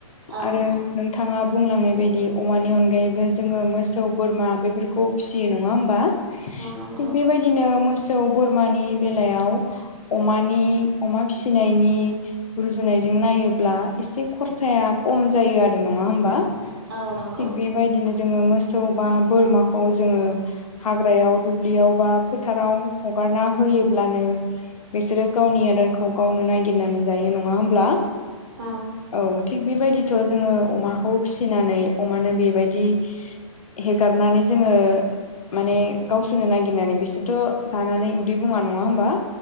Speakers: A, on the right; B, on the left.
A: औ
B: आरो नोंथाङा बुंलांनो बेबायदि अमानि अनगायैबो जोङो मोसौ बोरमा बेफोरखौ फिसियो नङा होमबा।
A: नंगौ
B: थिग बेबायदिनो मो सौ बोरमानि बेलायाव अमानि अमा फिसिनायनि रुजुनाय जों नायोब्ला एसे खरसाया खम जायो आरो नङा होमबा।
A: औ नंगौ
B: थिग बेबायदिनो जोङो मोसौ बा बोरमाखौ जोङो हाग्रायाव दुब्लियाव बा फोथाराव हार हगारना होयोब्लानो बिसोरो गावनि आदारखौ गावनो ननायागिरनानै जायो नङा होमब्ला।
A: औ
B: औ थिग बेबायदिथ' जोङो अमाखौ फिसिनानै अमानो बेबायदि हेगारनानै जोङो माने गावसोरनो नागिरनानै बिसोरथ' जानानै उदै बुङा नङा होमबा।